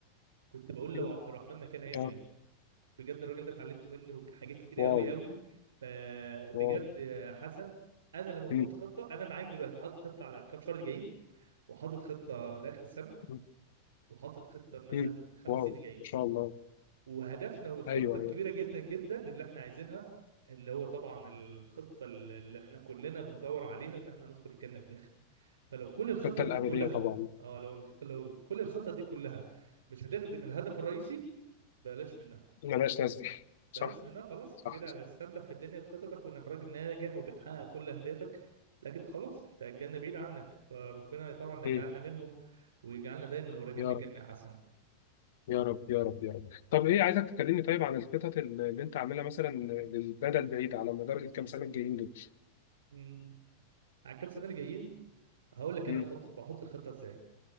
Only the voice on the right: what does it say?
كنت بقول لو
عبد الرحمن مكان هيعمل
ايه بجد الراجل ده اتعلمت منه حاجات كتير
قوي قوي فبجد
آه، حسن انا لما بحط
خطه انا معاك دلوقتي حاطط خطه على كام شهر الجايين وحاطط خطه لاخر السنه
وحاطط خطه مثلا
الخمس
سنين الجايين
وهدفنا والخطة
الكبيرة
جدا جدا اللي احنا عايزينها اللي هو طبعا الخطة اللي احنا كلنا بندور عليها ان احنا ندخل الجنة في الاخر فلو كل الخطط
دي كلها
اه لو لو كل الخطط دي كلها مش هتخدم الهدف الرئيسي بلاش منها
بلاش منها خلاص انت
كده
هتستمتع في الدنيا بخططك وانك راجل ناجح وبتحقق كل اهدافك لكن خلاص انت الجنة بعيد عنك فربنا طبعا لا
يجعلنا منهم ويجعلنا دايما قريبين
من الجنة يا حسن
مم. على الكام سنة اللي جايين هقول لك
انا بحط بحط الخطه ازاي